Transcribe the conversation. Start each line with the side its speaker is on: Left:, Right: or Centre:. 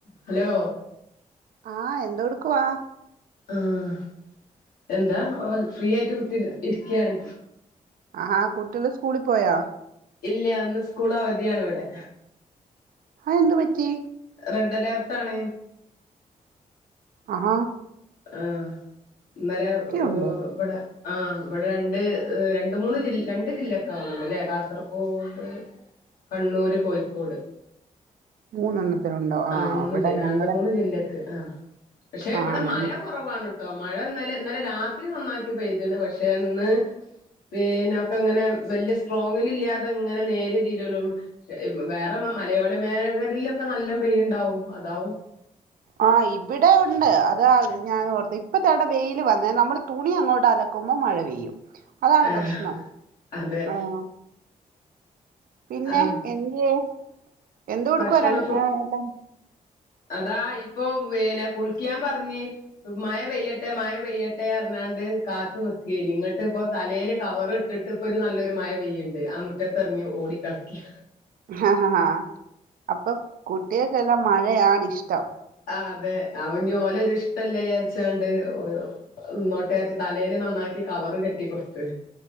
Left: ഹലോ
Right: ആഹ് എന്തോടുക്കുവാ
Left: ആഹ് എന്താ ഓ ഫ്രീ ആയിട്ട് കുത്തി ഇരിക്കയാണ്
Right: ആഹ് കുട്ടികള് സ്കൂളിൽ പോയോ
Left: ഇല്യാ ഇന്ന് സ്കൂള് അവധിയാണ് ഇവിടെ
Right: അയെന്തു പറ്റീ
Left: റെഡ്ഡലേർട്ടാണ്
Right: അഹാ
Left: ആഹ് ഇന്നലെ
Right: ഉണ്ട്
Left: ഇവിടെ ആഹ് ഇവിടെ രണ്ട് രണ്ട് മൂന്ന് ജിൽ രണ്ട് ജില്ലൊക്കെ ആവുന്നുണ്ട് ഇല്ലേ കാസർഗോഡ് കണ്ണൂര് കോഴിക്കോട്
Right: മൂന്നെണ്ണത്തിനുണ്ടോ ആ
Left: ആഹ് മൂന്ന്
Right: ഇവിടെ
Left: ജ രണ്ടു
Right: ഞങ്ങടെ
Left: മൂന്ന് ജില്ലക്ക് ആ പക്ഷെ ഇവിടെ
Right: ആ ഞ
Left: മയ കുറവാണ് ട്ടോ മഴ ഇന്നലെ ഇന്നലെ രാത്രി നന്നാക്കിപ്പെയ്ത്ണ് പക്ഷെ ന്ന് പിന്നെ ഒക്കെ ഇങ്ങനെ വല്യ സ്ട്രോങ്ങിലില്ലാതെ ഇങ്ങനെ നേരിയതില്ലേള്ളൂ വേറെ മലയോല മേഖലയിലൊക്കെ നല്ലം പെയ്യുണ്ടാവും അതാവും
Right: ആ ആഹ് ഇവിടെ ഒണ്ട് അതാ ഞാൻ ഓർത്തെ ഇപ്പ തോടെ വെയില് വന്നേ നമ്മള് തുണി അങ്ങോട്ടല ക്കുമ്പോ മഴ പെയ്യും അതാണ്
Left: ഏഹ്
Right: പ്രശ്നം
Left: അതെ
Right: ആഹ് പിന്നെ
Left: ആ
Right: എന്ത്യേ എന്തെടുക്കുവാ
Left: ഭക്ഷണം
Right: ര
Left: ഫു
Right: എല്ലാരും
Left: അതാ ഇപ്പൊ പിന്നെ കുളിക്കാൻ പറഞ്ഞി മയ പെയ്യട്ടെ മയ പെയ്യട്ടെ പറഞ്ഞോണ്ട് കാത്ത് നിക്കേനി ഇങ്ങട്ട് ഇപ്പം തലേല് കവറ് ട്ടിട്ട് ഇപ്പൊ ഒരു നല്ലൊരു മയ പെയ്യണ്ട് ആ മുറ്റത്ത് ഇറങ്ങി ഓടി കളിക്ക
Right: ആഹ് അപ്പൊ കുട്ടികൾക്ക് എല്ലാം മഴയാണ് ഇഷ്ടം
Left: ആഹ് അതെ അവഞ്ഞി ഓല് ഒരു ഇഷ്ടല്ലേ വിയാരിച്ചോണ്ട് ഓയോ ന്നോട്ടേറ്റ് തലേല് നന്നാക്കി കവറ് കെട്ടി കൊടുത്ത്